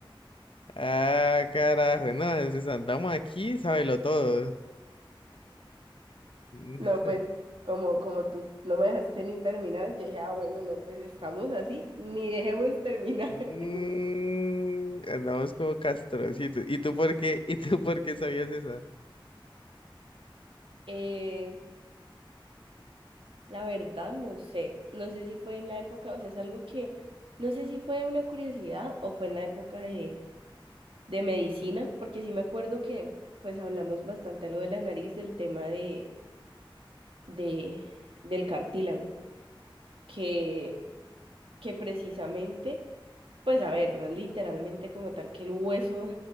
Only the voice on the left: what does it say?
Ah, carajo, no, si andamos aquí, sábelo todo. <laughs>
Mm,
andamos como castrocitos. ¿Y tú por qué? ¿Y tú por qué sabías esa?